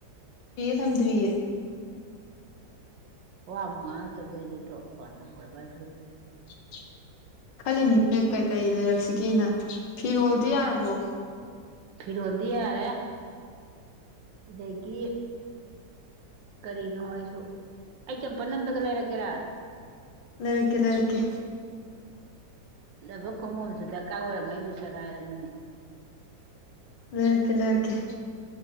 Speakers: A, on the left; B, on the right.
A: <unintelligible> ꯊꯝꯗ꯭ꯔꯤꯌꯦ꯫
B: ꯋꯥ ꯑꯝꯕꯥꯎ ꯉꯥꯡꯉꯛꯇ <unintelligible> ꯐꯣꯟ ꯊꯝꯒ꯭ꯔꯕ ꯍꯥꯏ ꯈꯜꯂꯨꯔꯦ꯫
A: <inaudible> ꯈꯜꯂꯤꯅꯤꯅꯦ ꯀꯩ ꯀꯩ ꯂꯩꯔꯛꯁꯤꯒꯦꯅ ꯐꯤꯔꯣꯜꯗꯤ ꯌꯥꯔꯕꯣ
B: ꯐꯤꯔꯣꯜꯗꯤ ꯌꯥꯔꯦ ꯑꯗꯒꯤ ꯀꯔꯤꯅꯣ ꯑꯩꯁꯨ ꯑꯩ ꯆꯝꯄꯟ ꯑꯝꯇꯒ ꯂꯩꯔꯛꯀꯦꯔꯥ
A: ꯂꯩꯔꯛꯀꯦ ꯂꯩꯔꯛꯀꯦ
B: ꯂꯕꯔ ꯈꯣꯡꯉꯨꯞ ꯑꯝꯁꯨ ꯇ ꯀꯥ ꯑꯣꯏꯔꯝꯃ ꯑꯩꯖꯨ ꯁꯦꯒꯥꯏꯔꯝꯃꯅꯦ
A: ꯂꯩꯔꯛꯀꯦ ꯂꯩꯔꯛꯀꯦ